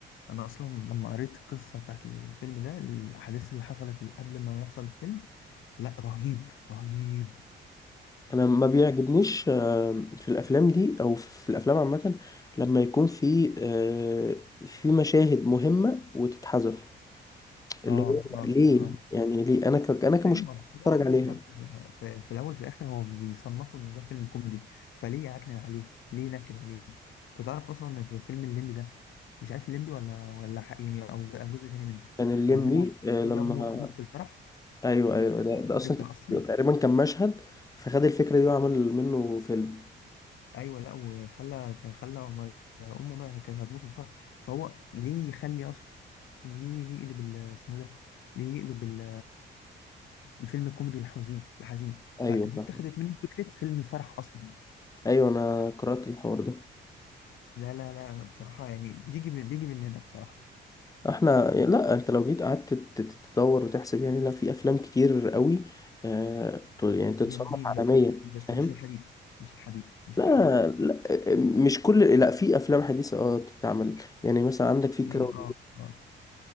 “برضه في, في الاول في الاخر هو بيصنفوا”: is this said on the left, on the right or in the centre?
Left